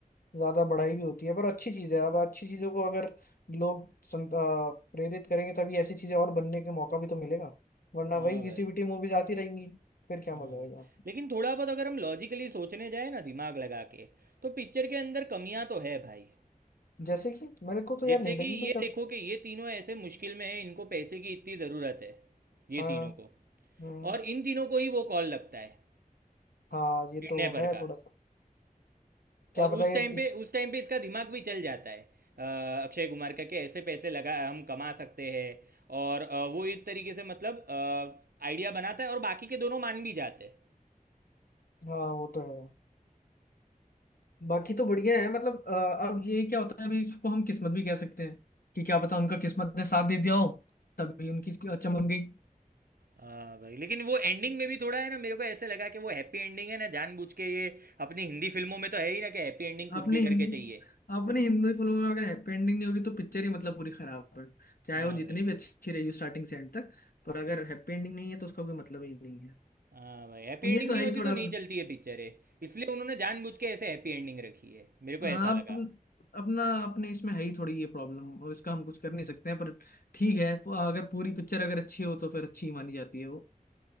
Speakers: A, on the left; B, on the right.
A: ज्यादा बढ़ाई भी होती है पर अच्छी चीज है अब अच्छी चीजों को अगर लोग सं- आ, प्रेरित करेंगे तभी ऐसी चीजें और बनने के मौका भी तो मिलेगा वरना
B: हाँ
A: वही घिसी
B: भाई
A: पिटी मूवीज आती रहेंगी फिर क्या
B: हाँ
A: मजा
B: भाई
A: आएगा
B: लेकिन थोड़ा बहुत अगर हम लॉजिकली सोचने जाए ना दिमाग लगा के तो पिक्चर के अंदर कमियां तो है भाई
A: जैसे कि मेरे को तो
B: जैसे
A: यार नहीं
B: कि
A: लगी
B: ये
A: कोई कमी
B: देखो कि ये तीनों ऐसे मुश्किल में है इनको पैसे की इतनी ज़रूरत है ये
A: हाँ
B: तीनों को
A: हम्म
B: और इन तीनों को ही वो कॉल लगता है
A: हाँ ये
B: किडनैपर
A: तो है
B: का
A: थोड़ा सा क्या
B: और उस
A: पता ये
B: टाइम
A: इस
B: पे उस टाइम पे इसका दिमाग भी चल जाता है अ, अक्षय कुमार का कि ऐसे पैसे लगा हम कमा सकते हैं और अ, वो इस तरीके से मतलब आइडिया बनाता है और बाकी के दोनों मान भी जाते हैं
A: हाँ वो तो है बाकी तो बढ़िया है मतलब आ, अब यही क्या होता है अभी इसको हम किस्मत भी कह सकते हैं कि क्या पता उनका किस्मत ने साथ दे दिया हो तभी उनकी चमक गई
B: हाँ भाई लेकिन वो एंडिंग में भी थोड़ा है ना मेरे को ऐसे लगा कि वो हैप्पी एंडिंग है ना जानबूझ के ये अपनी हिंदी फिल्मों में तो है ही ना कि हैप्पी एंडिंग कुछ
A: आपने
B: भी करके
A: हिंदी
B: चाहिए
A: आपने हिंदी फिल्मों में अगर हैप्पी एंडिंग नहीं होगी तो पिक्चर ही मतलब पूरी खराब है चाहे
B: हाँ
A: वो
B: भाई
A: जितनी भी अच्छी रही हो स्टार्टिंग से एंड तक पर अगर हैप्पी एंडिंग नहीं है तो उसका कोई मतलब ही नहीं है
B: हाँ भाई हैप्पी एंडिंग
A: ये तो
B: नहीं
A: है
B: होती
A: ही थोड़ा
B: तो
A: अपना
B: नहीं चलती है पिक्चर है इसलिए उन्होंने जानबूझ के ऐसे हैप्पी एंडिंग रखी है मेरे को
A: हाँ
B: ऐसा लगा
A: अपन- अपना अपने इसमें है ही थोड़ी ये प्रॉब्लम इसका हम कुछ कर नहीं सकते हैं पर ठीक है अगर पूरी पिक्चर अगर अच्छी हो तो फिर अच्छी ही मानी जाती है वो